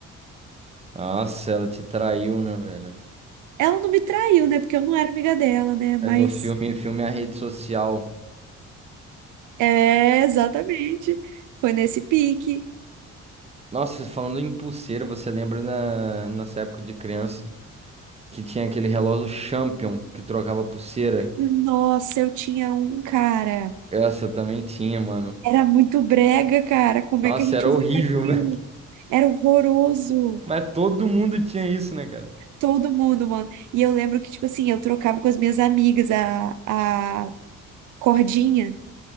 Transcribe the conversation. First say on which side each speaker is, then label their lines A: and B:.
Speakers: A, on the right (about 20°); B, on the right (about 80°).
A: Nossa, ela te traiu, né, velho?
B: Ela não me traiu, né? Porque eu não era amiga dela, né?
A: É
B: Mas
A: no filme, filme A Rede Social.
B: é, exatamente. Foi nesse pique.
A: Nossa, falando em pulseira, você lembra na, nessa época de criança? Que tinha aquele relógio Champion que trocava pulseira.
B: Nossa, eu tinha um cara.
A: Essa eu também tinha, mano.
B: Era muito brega, cara. Como
A: Nossa,
B: é que a gente
A: era
B: usava
A: horrível,
B: aquilo?
A: <laughs> velho.
B: Era horroroso.
A: Mas todo mundo tinha isso, né, cara?
B: Todo mundo, mano. E eu lembro que, tipo assim, eu trocava com as minhas amigas a, a cordinha.